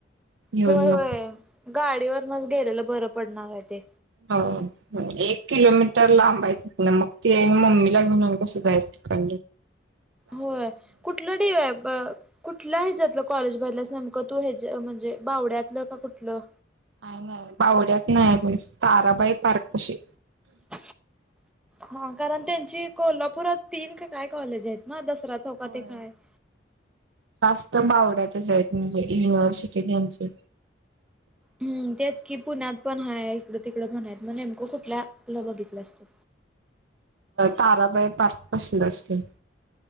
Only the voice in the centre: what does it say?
होय होय
गाडीवरनच गेलेलं बरं पडणार आहे ते
हो कुठलं डीआयप कुठला हेच्यातल कॉलेज भरल्यास नेमकं तू हे‌च्या म्हणजे बावड्यातलं का कुठलं
<inaudible> हा कारण त्यांची कोल्हापुरात तीन काय कॉलेज आहेत ना दसरा चौकात
एक आहे <inaudible>
हम् तेच कि पुण्यात पण हा इकडं तिकडं पण आहेत मग नेमकं कुठल्याला बघितलं असतं